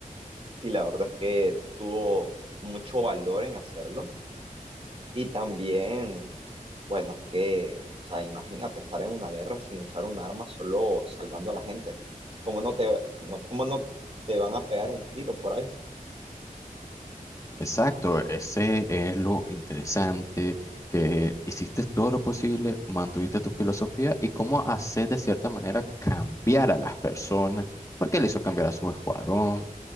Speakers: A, on the right (about 40°); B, on the left (about 20°).
A: Y la verdad es que tuvo mucho valor en hacerlo Y también, bueno, es que, o sea, imagínate estar en una guerra sin usar un arma, solo salvando a la gente. ¿Cómo no te, no, cómo no te van a pegar un tiro por ahí?
B: Exacto, ese es lo interesante, que hiciste todo lo posible, mantuviste tu filosofía y cómo hacer de cierta manera cambiar a las personas, porque él hizo cambiar a su escuadrón